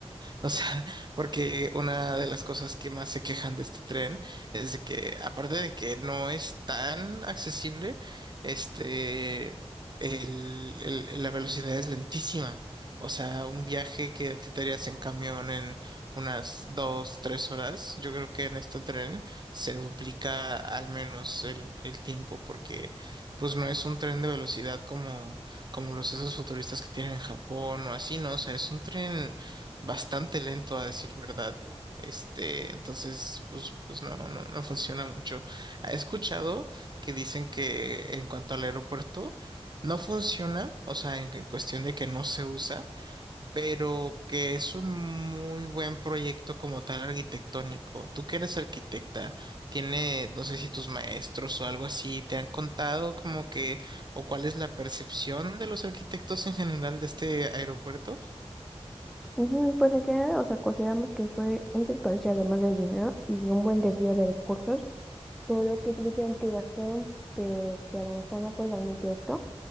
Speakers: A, on the right; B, in the centre.
A: O sea, <laughs> porque una de las cosas que más se quejan de este tren es de que, aparte de que no es tan accesible, este, el, el- la velocidad es lentísima. O sea, un viaje que a ti te harías en camión en unas dos, tres horas, yo creo que en este tren se duplica al menos el, el tiempo, porque pues no es un tren de velocidad como, como los esos futuristas que tienen en Japón o así, ¿no? O sea, es un tren bastante lento a decir verdad. Este, entonces, pues, pues no, no, no funciona mucho. He escuchado que dicen que en cuanto al aeropuerto no funciona, o sea, en, en cuestión de que no se usa, pero que es un muy buen proyecto como tal arquitectónico. Tú que eres arquitecta, tiene, no sé si tus maestros o algo así te han contado como que, o cuál es la percepción de los arquitectos en general de este aeropuerto.
B: Ujú, Pues en general, o sea, consideramos que fue un desperdicio además de dinero y un buen desvío de recursos, Todo lo que dijeron que gastaron, pero que a lo mejor no fue realmente esto.